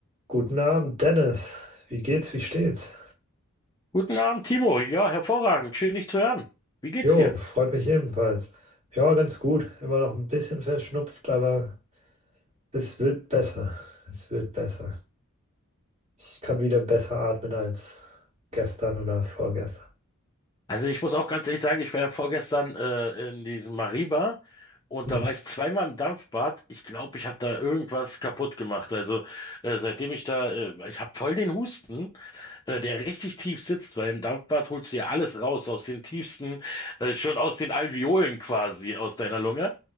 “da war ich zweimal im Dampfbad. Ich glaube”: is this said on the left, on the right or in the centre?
Left